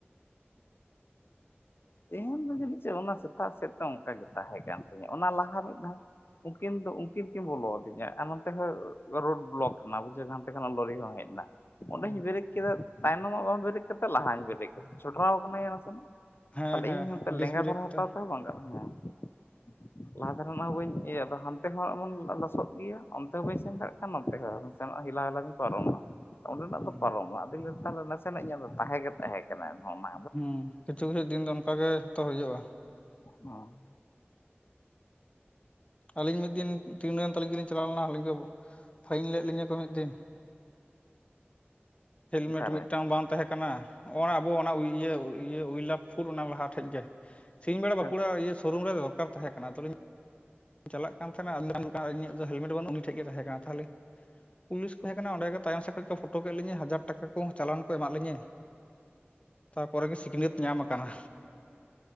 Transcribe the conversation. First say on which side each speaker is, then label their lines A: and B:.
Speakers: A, on the left (about 60°); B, on the left (about 30°).
A: ᱛᱮᱦᱮᱧ <unintelligible> ᱫᱚ ᱚᱱᱟ ᱥᱮᱛᱟᱜ ᱥᱮᱫᱛᱮ ᱚᱱᱠᱟ ᱜᱮ ᱛᱟᱦᱮᱸ ᱠᱟᱱ ᱛᱤᱧᱟᱹ ᱚᱱᱟ ᱞᱟᱦᱟ ᱢᱤᱫ ᱫᱷᱟᱣ ᱩᱱᱠᱤᱱ ᱫᱚ ᱩᱱᱠᱤᱱ ᱠᱤᱱ ᱵᱚᱞᱚ ᱟᱹᱫᱤᱧᱟ ᱟᱨ ᱦᱚᱱᱛᱮ ᱨᱳᱰ ᱵᱞᱚᱠ ᱮᱱᱟ ᱵᱩᱡᱷ ᱦᱟᱱᱛᱮ ᱠᱷᱚᱱᱟᱜ ᱞᱚᱨᱤ ᱦᱚᱸ ᱦᱮᱡ ᱱᱟ᱾ ᱚᱸᱰᱮᱧ
B: ᱚ
A: ᱵᱨᱮᱠ ᱠᱮᱫᱟ ᱛᱟᱭᱱᱚᱢ ᱢᱟᱜ ᱵᱟᱝ ᱵᱮᱨᱮᱠ ᱠᱟᱛᱮ ᱞᱟᱦᱟᱧ ᱵᱮᱨᱮᱠ ᱠᱮᱫᱟ ᱪᱷᱚᱰᱨᱟᱣ ᱠᱟᱹᱱᱟᱹᱧ ᱱᱟᱥᱮᱱᱟᱜ᱾
B: ᱦᱮᱸ
A: ᱛᱟᱦᱞᱮ
B: ᱦᱮᱸ
A: ᱤᱧ ᱦᱟᱱᱛᱮ
B: ᱰᱤᱥ
A: ᱞᱮᱸᱜᱟ
B: ᱵᱨᱮᱠ
A: ᱫᱷᱟᱨᱮ ᱦᱟᱛᱟᱣ
B: ᱛᱚ
A: ᱛᱮᱦᱚᱸ ᱵᱟᱝ ᱜᱟᱱᱚᱜ᱾ <inaudible> ᱞᱟᱦᱟ ᱫᱷᱟᱨᱮᱱᱜ ᱦᱚᱸ ᱵᱟᱹᱧ ᱤᱭᱟᱹ ᱦᱟᱱᱛᱮ ᱦᱚᱸ ᱮᱢᱚᱱ ᱞᱚᱥᱚᱫ ᱜᱮᱭᱟ ᱚᱱᱛᱮ ᱦᱚᱸ ᱵᱟᱹᱧ ᱥᱮᱱ ᱫᱟᱲᱮᱭᱟᱜ ᱠᱟᱱᱟ ᱚᱱᱛᱮ ᱦᱚᱸ ᱦᱮᱞᱟᱣ ᱞᱟᱝ <inaudible> ᱚᱸᱰᱮᱱᱟᱜ
B: ᱦᱩᱸ
A: ᱫᱚ ᱯᱟᱨᱚᱢᱱᱟ <unintelligible> ᱛᱟᱦᱚᱞᱮ ᱱᱟᱥᱮᱱᱟᱜ ᱤᱧᱟᱹᱜ ᱫᱚ ᱛᱟᱦᱮᱸ ᱜᱮ ᱛᱟᱦᱮᱸ ᱠᱟᱱᱟ ᱮᱱᱦᱚᱸ <inaudible>
B: ᱦᱩᱸ <unintelligible> ᱫᱤᱱ ᱜᱟᱱ ᱚᱝᱠᱟ ᱛᱚ ᱦᱩᱭᱩᱜᱼᱟ᱾
A: ᱚᱸ
B: ᱟᱹᱞᱤᱧ ᱢᱤᱫ ᱫᱤᱱ ᱴᱤ ᱱᱚᱭᱚᱱ ᱛᱟᱹᱞᱤᱧ ᱜᱮᱞᱤᱧ ᱪᱟᱞᱟᱣ ᱞᱮᱱᱟ ᱟᱞᱤᱧ ᱠᱚ ᱯᱷᱟᱹᱭᱤᱱ ᱞᱮᱫ ᱞᱤᱧᱟᱹ ᱠᱚ ᱢᱤᱫ ᱫᱤᱱ᱾ ᱦᱮᱞᱢᱮᱴ
A: ᱚᱠᱟᱨᱮ
B: ᱢᱤᱫᱴᱟᱝ ᱵᱟᱝ ᱛᱟᱦᱮᱸ ᱠᱟᱱᱟ? ᱱᱚᱜᱼᱚᱭ ᱟᱵᱚ ᱚᱱᱟ ᱤᱭᱟᱹ ᱤᱭᱟᱹ ᱩᱭᱞᱟᱯᱷ ᱯᱷᱩᱨ ᱚᱱᱟ ᱞᱟᱦᱟ ᱴᱷᱮᱡ ᱜᱮ ᱥᱤᱧ ᱵᱮᱲᱟ ᱵᱟᱸᱠᱩᱲᱟ
A: ᱟᱪᱪᱷᱟ
B: ᱤᱭᱟᱹ ᱥᱳᱨᱩᱢ ᱨᱮ ᱫᱚᱨᱠᱟᱨ ᱛᱟᱦᱮᱸ ᱠᱟᱱᱟ ᱟᱫᱚᱞᱤᱧ ᱪᱟᱞᱟᱜ ᱠᱟᱱ ᱛᱟᱦᱮᱱᱟ <unintelligible> ᱟᱞᱤᱧᱟᱜ ᱫᱚ ᱦᱮᱞᱢᱮᱴ ᱵᱟᱹᱱᱩᱜ ᱩᱱᱤ ᱴᱷᱮᱡ ᱜᱮ ᱛᱟᱦᱮᱸ ᱠᱟᱱᱟ ᱛᱟᱦᱚᱞᱮ ᱯᱩᱞᱤᱥ ᱠᱚ ᱛᱟᱦᱮᱸ ᱠᱟᱱᱟ ᱚᱸᱰᱮ ᱜᱮ ᱛᱟᱭᱚᱢ ᱥᱮᱫ ᱠᱷᱚᱱ ᱠᱚ ᱯᱷᱳᱴᱳ ᱠᱮᱫ ᱞᱤᱧ ᱦᱟᱡᱟᱨ ᱴᱟᱠᱟ ᱠᱚ ᱪᱟᱞᱟᱱ ᱠᱚ ᱮᱢᱟᱜ ᱞᱤᱧᱟᱹ᱾ ᱛᱟᱯᱚᱨᱮ ᱜᱮ ᱥᱤᱠᱷᱱᱟᱹᱛ ᱧᱟᱢ ᱟᱠᱟᱱᱟ᱾